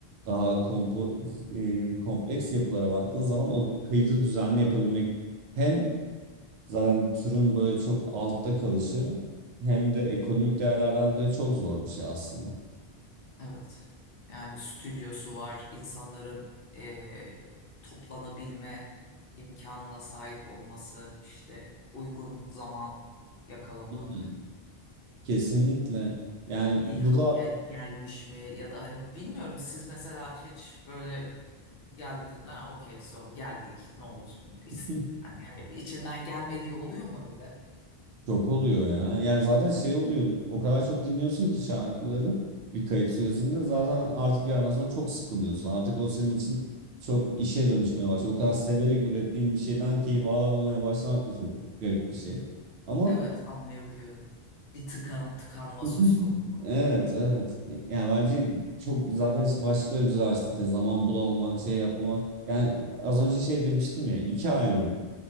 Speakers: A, on the right (about 80°); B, on the left (about 60°).
A: daha kompo, e, kompleks yapılara baktığın zaman o kaydı düzenli yapabilmek hem zaten türün böyle çok altta kalışı hem de ekonomik değerlerden dolayı çok zor bir şey aslında.
B: evet. Yani stüdyosu var, insanların eee, toplanabilme imkanına sahip olması, işte uygun zaman yakalamak,
A: <laughs> Kesinlikle. Yani
B: ilham
A: bu da
B: gel gelmiş mi ya da hani bilmiyorum siz mesela hiç böyle geldin, ha okey so geldik ne oldu? İs-
A: <laughs>
B: Yani hani içinden gelmediği oluyor mu öyle?
A: Çok oluyor ya. Yani zaten şey oluyor. O kadar çok dinliyorsun ki şarkıları bir kayıt sürecinde zaten artık bir yerden sonra çok sıkılıyorsun. Artık o senin için çok işe dönüşmeye başlıyor. O kadar severek ürettiğin bir şeyden keyif alamamaya başlamak da çok garip bir şey. Ama
B: Evet anlayabiliyorum. Bir tıkan, tıkanma
A: <laughs>
B: söz konusu.
A: evet evet. Yani bence çok zaten işte başlıkları güzel açtık ya. Zaman bulamamak, şey yapmamak. Yani az önce şey demiştim ya. iki albüm